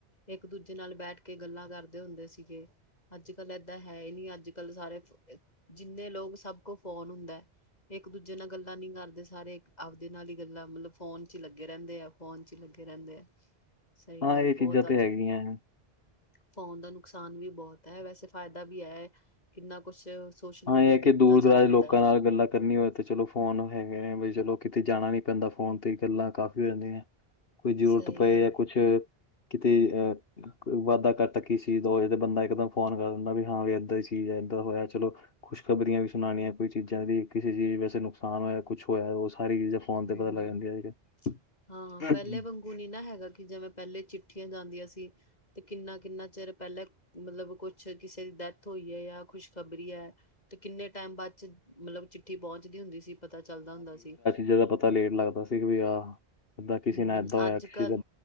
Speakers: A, on the left; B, on the left.
A: ਇੱਕ ਦੂਜੇ ਨਾਲ ਬੈਠ ਕੇ ਗੱਲਾਂ ਕਰਦੇ ਹੁੰਦੇ ਸੀਗੇ ਅੱਜ ਕੱਲ ਹੈ ਨੀ ਅੱਜ ਕੱਲ ਸਾਰੇ ਜਿੰਨੇ ਲੋਕ ਸਭ ਕੁ ਫੋਨ ਹੁੰਦਾ ਇੱਕ ਦੂਜੇ ਨਾਲ ਗੱਲਾਂ ਨੀ ਕਰਦੇ ਸਾਰੇ ਆਪਦੇ ਨਾਲ ਹੀ ਗੱਲਾਂ ਮਤਲਬ ਫੋਨ ਚ ਹੀ ਲੱਗੇ ਰਹਿੰਦੇ ਆ ਫੋਨ ਚ ਹੀ ਲੱਗੇ ਰਹਿੰਦੇ ਆ ਸਹੀ
B: ਹਾਂ
A: ਗੱਲ
B: ਇਹ ਚੀਜ਼ਾਂ
A: ਬਹੁਤ
B: ਤੇ
A: ਅੱਜ
B: ਹੈਗੀਆਂ ਹੈ।
A: ਫੋਨ ਦਾ ਨੁਕਸਾਨ ਵੀ ਬਹੁਤ ਹੈ ਵੈਸੇ ਫਾਇਦਾ ਵੀ ਹੈ ਕਿੰਨਾ ਕੁਛ ਸੋਸ਼ਲ
B: ਹਾਂ
A: ਮੀਡੀਆ
B: ਇਹ ਹੈ
A: ਤੋਂ
B: ਕਿ
A: ਹੀ
B: ਦੂਰ
A: ਪਤਾ ਚੱਲ
B: ਦਰਾਜ
A: ਜਾਂਦਾ
B: ਲੋਕਾਂ
A: ਹੈ
B: ਨਾਲ ਗੱਲਾਂ ਕਰਨੀ ਹੋਵੇ ਤੇ ਚਲੋ ਫੋਨ ਹੈਗੇ ਨੇ ਵੀ ਚਲੋ ਕਿਤੇ ਜਾਣਾ ਨੀ ਪੈਂਦਾ ਫੋਨ ਤੇ ਗੱਲਾਂ ਕਾਫ਼ੀ ਹੋ ਜਾਂਦੀਆਂ ਕੋਈ ਜ਼ਰੂਰਤ
A: ਸਹੀ
B: ਪਏ
A: ਗੱਲ
B: ਜਾਂ ਕੁਛ ਕਿਤੇ ਅਹ ਵਾਧਾ ਕੱਟ ਕੀ ਸੀ ਦੌਜ ਤੇ ਬੰਦਾ ਇੱਕਦਮ ਫੋਨ ਕਰ ਦਾ ਵੀ ਹਾਂ ਵੀ ਇੱਦਾਂ ਦੀ ਚੀਜ਼ ਹੈ, ਇੱਦਾਂ ਹੋਇਆ, ਚਲੋ ਖੁਸ਼ਖਬਰੀ ਵੀ ਸੁਣਾਉਣੀਆਂ ਕੋਈ ਚੀਜ਼ਾਂ ਦੀ। ਕਿਸੀ ਚੀਜ਼ ਵੈਸੇ ਨੁਕਸਾਨ ਹੋਇਆ ਕੁਛ ਹੋਇਆ ਉਹ ਸਾਰੀ ਚੀਜ਼ਾਂ ਫੋਨ
A: ਹੂੰ-ਹਾਂ
B: ਤੇ ਪਤਾ ਲੱਗ ਜਾਂਦੀਆਂ ਅੱਜ ਕੱਲ੍ਹ।
A: ਪਹਿਲੇ ਵਾਗੂ ਗੁਣ ਨੀ ਨਾ ਹੈਗਾ ਕਿ ਜਿਵੇਂ ਪਹਿਲੇ ਚਿੱਠੀਆਂ ਜਾਂਦੀਆਂ ਸੀ। ਤੇ ਕਿੰਨਾ-ਕਿੰਨਾ ਚਿਰ ਪਹਿਲਾਂ ਮਤਲਬ ਕੁਛ ਕਿਸੇ ਦੀ ਡੈਥ ਹੋਈ ਹੈ ਜਾਂ ਖੁਸ਼ਖਬਰੀ ਹੈ। ਤੇ ਕਿੰਨੇ ਟਾਈਮ ਬਾਅਦ ਚ ਮਤਲਬ ਚਿੱਠੀ ਪਹੁੰਚਦੀ ਹੁੰਦੀ ਸੀ, ਪਤਾ ਚੱਲਦਾ ਹੁੰਦਾ ਸੀ।
B: ਜਦੋਂ ਪਤਾ ਲੇਟ ਲੱਗਦਾ ਸੀ ਵੀ ਆਹ, ਏਦਾਂ ਕਿਸੇ
A: ਹੂੰ,
B: ਨਾਲ ਏਦਾਂ ਹੋਇਆ
A: ਅੱਜ-ਕੱਲ
B: ਕਿਸੇ ਦਾ